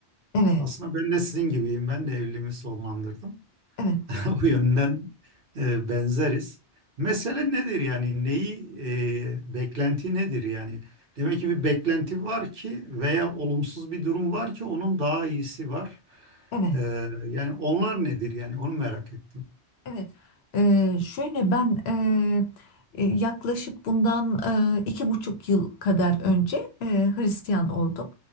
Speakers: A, on the left (about 70°); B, on the right (about 55°).
A: Evet,
B: Aslında ben de sizin gibiyim. Ben de evliliğimi sonlandırdım. <laughs>
A: evet,
B: O yönden e, benzeriz. Mesele nedir yani? Neyi, e, beklenti nedir yani? Demek ki bir beklenti var ki veya olumsuz bir durum var ki onun daha iyisi var.
A: evet.
B: E, yani onlar nedir yani? Onu merak ettim.
A: Evet, eee, şöyle ben eee, e, yaklaşık bundan eee, iki buçuk yıl kadar önce eee, Hristiyan oldum.